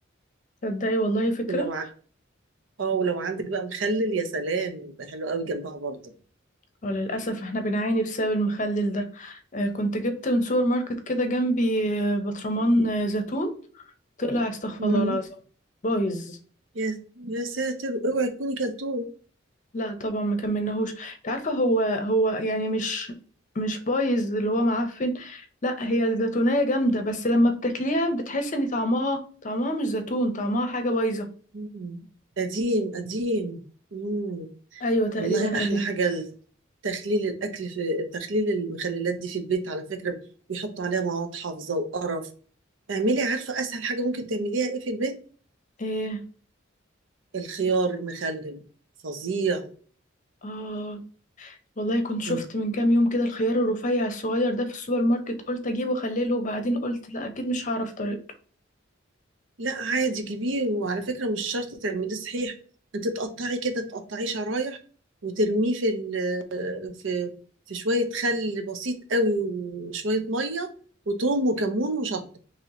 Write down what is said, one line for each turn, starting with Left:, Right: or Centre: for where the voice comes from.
Left: تصدقي والله فكره
Right: ولو ع... اه ولو عندك بقى مخلل يا سلام يبقى حلو قوي جنبها برضه
Left: وللأسف احنا بنعاني بسبب المخلل ده آه، كنت جبت من سوبر ماركت كده جنبي آه، برطمان آه، زيتون طلع استغفر
Right: مم.
Left: الله العظيم بايظ
Right: يا يا ساتر اوعي تكوني كلتوه
Left: لا طبعا ما كملناهوش انت عارفه هو هو يعني مش مش بايظ اللي هو معفن لا هي الزيتونيه جامده بس لما بتاكليها بتحس ان طعمها طعمها مش زيتون طعمها حاجه بايظه
Right: مم. قديم قديم مم.
Left: ايوه تقريبا
Right: والله أحلى
Left: قديم
Right: حاجة ال- تخليل الأكل في تخليل المخللات دي في البيت على فكرة بيحطوا عليها مواد حافظة وقرف اعملي عارفه اسهل حاجه ممكن تعمليها ايه في البيت
Left: ايه
Right: الخيار المخلل فظيع
Left: اه والله كنت شفت
Right: انت
Left: من كام يوم كده الخيار الرفيع الصغير ده في السوبر ماركت قلت اجيبه واخليه له وبعدين قلت لا اكيد مش هعرف طريقته
Right: لا عادي جيبيه وعلى فكره مش شرط تعمليه صحيح انت تقطعي كده تقطعيه شرايح وترميه في ال... في في شويه خل بسيط قوي وشويه ميه وتوم وكمون وشطه